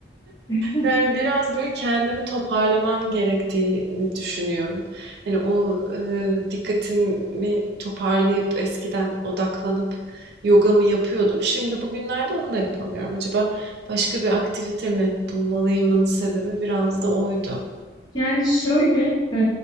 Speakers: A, on the left; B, on the right.
A: <laughs>
B: Yani biraz böyle kendimi toparlamam gerektiğini düşünüyorum. Hani o e, dikkatimi toparlayıp eskiden odaklanıp yogamı yapıyordum. Şimdi bugünlerde onu da yapamıyorum. Acaba başka bir aktivite mi bulmalıyımın sebebi biraz da oydu.
A: Yani şöyle, e,